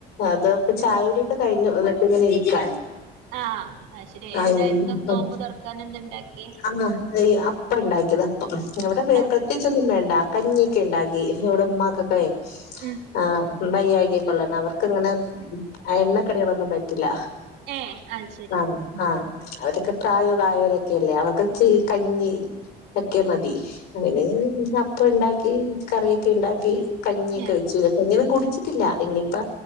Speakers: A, on the left; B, on the right.
A: അത ഇപ്പ ചായ കുടി യൊക്കെ കഴിഞ്ഞു എന്നിട്ട് ഇങ്ങനെ ഇരിക്ക
B: ആഹ് അത് ശരി
A: അ <unintelligible>
B: എന്തായിരുന്നു നോമ്പ് തുറക്കാൻ എന്ത ഉണ്ടാക്കിയേ
A: ആഹ <unintelligible> ഇപ്പ ഇണ്ടാക്കിയത ഇവിടെ
B: ആഹ്
A: പ്രത്യേകിച്ചൊന്നും വേണ്ട കഞ്ഞിയൊക്കെ ഇണ്ടാക്കി ഇവിടെ ഉമ്മാക്കൊക്ക
B: ഉം
A: ആഹ് വയ്യായികി കൊള്ളണം അവർക്ക്ങ്ങനെ എണ്ണക്കടികളൊന്നും പറ്റില്ല
B: ഏഹ് അത് ശരി
A: ആഹ് ആഹ് അവരൊക്കെ പ്രായ ആയവരൊക്കെല്ലേ അവർക്ക് ച്ചിരി കഞ്ഞി ഒക്കെ മതി. പിന്നെ <unintelligible> അപ്പ ണ്ടാക്കി കറിയക്കെ ഇണ്ടാക്കി കഞ്ഞിയക്കെ
B: ഏഹ്
A: വെച്ചു. കഞ്ഞിന്നും കുട്ച്ചിട്ടില്ല ഇഞ്ഞിപ്പ